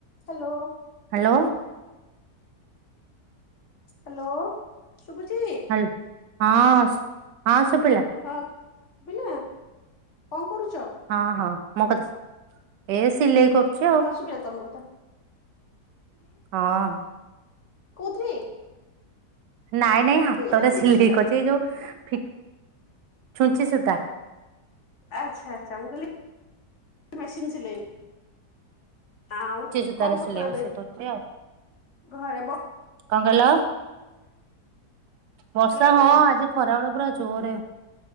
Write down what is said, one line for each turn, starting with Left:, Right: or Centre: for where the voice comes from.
Left: Hello.
Right: Hello.
Left: Hello. ଶୁଭୁଛି
Right: hello ହଁ ହଁ ଶୁଭିଲା
Left: ହଁ ଶୁଭିଲା? କଣ କରୁଛ?
Right: ହଁ ହଁ ମୋ କଥା ଶୁ ଏ ସିଲେଇ
Left: କହିଲି
Right: କରୁଛି ଆଉ
Left: ହଁ ଶୁଭିଲା ତମ କଥା
Right: ହଁ।
Left: କୋଉ ଥୀରେ?
Right: ନାଇଁ ନାଇଁ ହାତରେ
Left: ନା ଛୁଞ୍ଚି
Right: ସିଲେଇ
Left: ସୂତା?
Right: କରୁଛି ଏଇ ଯୋଉ ଫି ଛୁଞ୍ଚି ସୁତା।
Left: ଆଚ୍ଛା ଆଚ୍ଛା ମୁଁ କହିଲି ମେସିନ୍ ସିଲେଇ। ଆଉ
Right: ଛୁଞ୍ଚି ସୂତାରେ
Left: କଣ କରୁଥିଲ
Right: ସିଲେଇ
Left: ଏବେ
Right: ବସେଇ କରୁଛି ଆଉ
Left: ଘରେ ବ
Right: କଣ କହିଲ,
Left: ହ୍ୟାଲୋ
Right: ବର୍ଷା ହଁ ଆଜି ଖରା ବେଳ ପୁରା ଜୋରରେ।